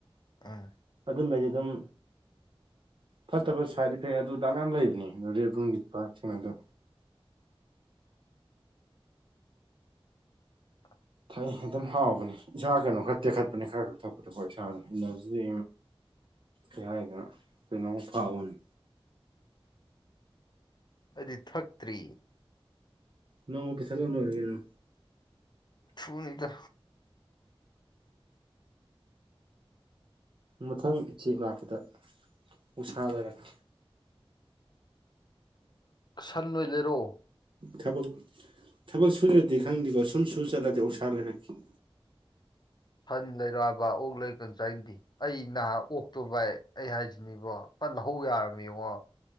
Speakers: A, on the left; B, on the right.
A: ꯑꯥ
B: ꯑꯗꯨꯨꯝꯕꯗꯤ ꯑꯗꯨꯝ
A: <unintelligible>
B: ꯐꯠꯇꯕ ꯁꯥꯏꯠ ꯏꯐꯦꯛ ꯑꯗꯨꯗ ꯃꯌꯥꯝ ꯂꯩꯕꯅꯦ ꯑꯗꯨꯕꯟꯒꯤ ꯄ ꯁꯣꯗ
A: <unintelligible> ꯑ
B: ꯊꯛ ꯑꯗꯨꯝ ꯍꯥꯎꯕꯅꯤ ꯏꯁꯥ ꯀꯩꯅꯣ ꯈꯔ ꯇꯦꯛꯈꯠꯄꯅꯤ ꯈꯔ ꯈ ꯊꯛꯄꯗꯀꯣ ꯏꯁꯥꯅ ꯏꯅꯔꯖꯤ ꯀꯥꯏꯗꯅ ꯀꯩꯅꯣꯝ ꯐꯥꯎꯕꯅꯤ
A: ꯑꯩꯗꯤ ꯊꯛꯇ꯭ꯔꯤ
B: ꯅ ꯄꯩꯁꯂ ꯂꯣꯏꯔꯒꯅ
A: ꯊꯨꯡꯅꯤꯗ
B: ꯃꯊꯪ ꯏꯆꯦ ꯂꯥꯛꯄꯗ ꯎꯁꯥꯂꯒꯅꯤ
A: ꯁꯟ ꯑꯣꯏ ꯂꯩꯔꯣ
B: ꯊꯕꯛ ꯊꯕꯛ ꯁꯨꯗ꯭ꯔꯗꯤ ꯈꯪꯗꯦꯀꯣ ꯁꯨꯝ ꯁꯨ ꯆꯠꯂꯗꯤ ꯑꯣꯁꯥ ꯂꯩꯔꯛꯈꯤ
A: <unintelligible> ꯁꯟ ꯂꯩꯔꯣꯕ ꯑꯣꯛ ꯂꯩꯔ ꯀ ꯆꯥꯏꯅꯗꯦ ꯑꯩ ꯅꯍꯥꯛ ꯑꯣꯛꯇꯣ ꯚꯏ ꯑꯩ ꯍꯥꯏꯁꯤꯅꯦꯕꯣ ꯐꯠ ꯂꯧꯍꯧ ꯌꯥꯔꯝ ꯌꯦꯡꯉꯣ